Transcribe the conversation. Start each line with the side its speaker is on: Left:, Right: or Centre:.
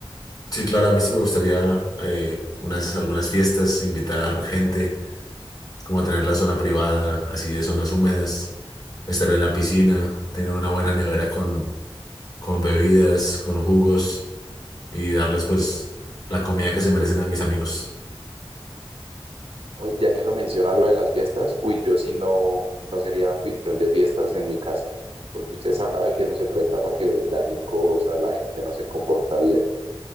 Left: Sí, claro, a mí sí me gustaría eh, unas, algunas fiestas, invitar gente como tener la zona privada, así de zonas húmedas, estar en la piscina, tener una buena nevera con, con bebidas, con jugos y darles pues la comida que se merecen a mis amigos.
Right: Hoy, ya que lo menciona lo de las fiestas, uy, yo sí no, no sería anfitrión de fiestas en mi casa, porque usted sabe que eso se presta para que dañen cosas, la gente no se comporta bien,